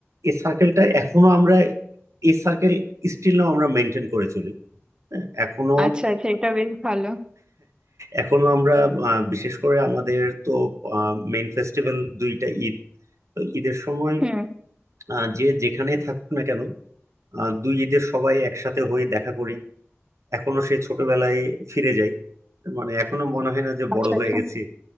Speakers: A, on the right; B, on the right.
A: এই সার্কেলটা এখনো আমরা এই সার্কেল স্টিল আমরা মেনটেন করে চলি হ্যাঁ, এখনো
B: আচ্ছা আচ্ছা এটা বেশ ভালো
A: এখনো আমরা আহ, বিশেষ করে আমাদের তো মেইন ফেস্টিভ্যাল দুইটা ঈদ তো ঈদের সময়
B: হুম
A: আহ, যে যেখানে থাকুক না কেন আহ, দুই ঈদের সবাই একসাথে হয়ে দেখা করি এখনো সে ছোটবেলায় ফিরে যাই মানে এখনো মনে হয় না যে
B: আচ্ছা
A: বড় হয়ে
B: আচ্ছা
A: গেছি